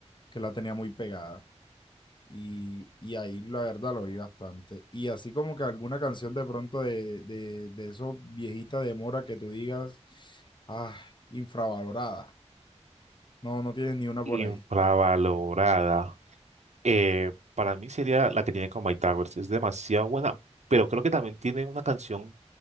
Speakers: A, on the left; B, on the right.
A: que la tenía muy pegada. Y, y ahí la verdad lo oí bastante. Y así como que alguna canción de pronto de, de, de esos viejita de Mora que tú digas, ah, infravalorada. No, no tienes ni una por
B: Infravalorada.
A: ahí.
B: Eh, para mí sería la que tiene con My Towers. Es demasiado buena, pero creo que también tiene una canción